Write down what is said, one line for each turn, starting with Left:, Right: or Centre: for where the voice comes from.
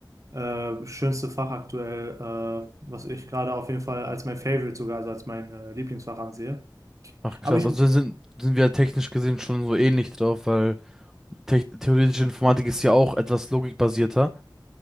Right: äh, schönste Fach aktuell, äh, was ich gerade auf jeden Fall als mein Favorite sogar, also als mein äh, Lieblingsfach ansehe.
Centre: Ach krass,
Right: Aber ich,
Centre: also sind, sind wir technisch gesehen schon so ähnlich drauf, weil te theoretische Informatik ist ja auch etwas logikbasierter.